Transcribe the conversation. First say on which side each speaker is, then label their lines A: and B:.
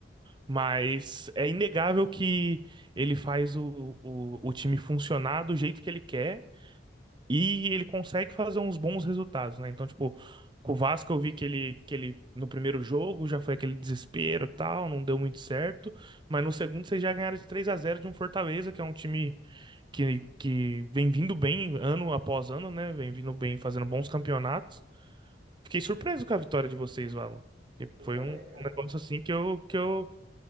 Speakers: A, on the right; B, on the right.
A: Mas é inegável que ele faz o, o, o time funcionar do jeito que ele quer e ele consegue fazer uns bons resultados, né? Então, tipo, com o Vasco eu vi que ele, que ele no primeiro jogo já foi aquele desespero e tal, não deu muito certo, mas no segundo vocês já ganharam de 3 a zero de um Fortaleza, que é um time que, que vem vindo bem ano após ano, né? Vem vindo bem, fazendo bons campeonatos. Fiquei surpreso com a vitória de vocês, Valon. Porque
B: Eu
A: Foi
B: também,
A: um
B: cara.
A: negócio assim que eu, que eu